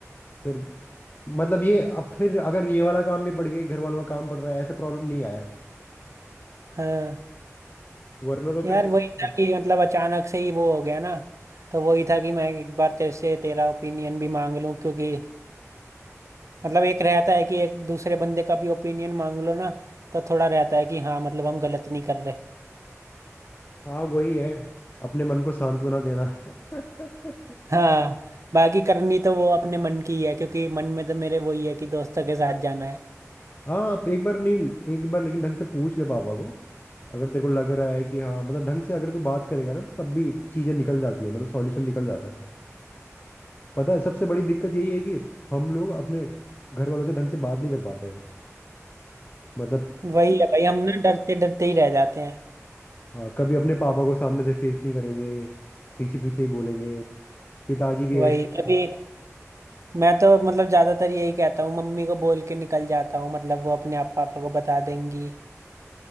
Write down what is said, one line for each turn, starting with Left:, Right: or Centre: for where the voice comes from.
Left: फिर मतलब ये अब फिर अगर ये वाला काम भी पड़ गया घर वालों का काम पड़ रहा है ऐसे प्रॉब्लम नहीं आया
Right: हाँ
Left: वरना तो
Right: यार
Left: फिर देख-
Right: वही था कि मतलब अचानक से ही वो हो गया ना तो वही था कि मैं एक बार तेरे से तेरा ओपिनियन भी मांग लूं क्योंकि मतलब एक रहता है कि एक दूसरे बंदे का भी ओपिनियन मांग लो ना तो थोड़ा रहता है कि हाँ मतलब हम गलत नहीं कर रहे
Left: हाँ वही है अपने मन को सांत्वना देना <laughs>
Right: हाँ बाकी करनी तो वो अपने मन की ही है क्योंकि मन में तो मेरे वही है कि दोस्तों के साथ जाना है
Left: हाँ आप एक बार नहीं एक बार लेकिन ढंग से पूछ ले पापा को अगर तेरे को लग रहा है कि हाँ मतलब ढंग से अगर तू बात करेगा ना तो तब भी चीजें निकल जाती है मतलब सॉल्यूशन निकल जाता है पता है सबसे बड़ी दिक्कत यही है कि हम लोग अपने घर वालों से ढंग से बात नहीं कर पाते हैं मतलब
Right: वही है भाई हम ना डरते डरते ही रह जाते हैं
Left: हाँ, कभी अपने पापा को सामने से फेस नहीं करेंगे पीछे पीछे ही बोलेंगे पिताजी भी
Right: वही
Left: ऐसे
Right: कभी मैं तो मतलब ज्यादातर यही कहता हूँ मम्मी को बोल के निकल जाता हूँ मतलब वो अपने आप पापा को बता देंगी